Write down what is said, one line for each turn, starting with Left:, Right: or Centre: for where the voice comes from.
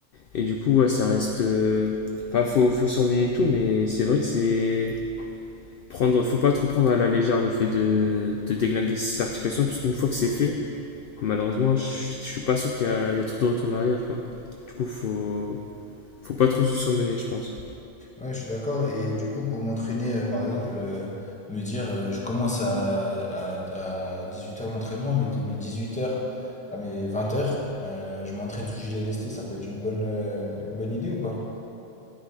Left: Et du coup, ouais, ça reste. euh, Enfin, faut, faut surveiller tout, mais c'est vrai que c'est. Prendre, faut pas trop prendre à la légère le fait de, de déglinguer ses articulations, parce qu'une fois que c'est fait, malheureusement, je, je suis pas sûr qu'il y a, il y a trop de retour en arrière, quoi. Du coup, faut, faut pas trop se surmener, je pense.
Centre: Ouais, je suis d'accord. Et du coup, pour m'entraîner, euh, par exemple, euh, me dire, euh, je commence à, à, à 18 heures l'entraînement, mais de mes 18 heures à mes 20h, je m'entraîne sous gilet lesté, ça peut être une bonne, euh, une bonne idée ou pas?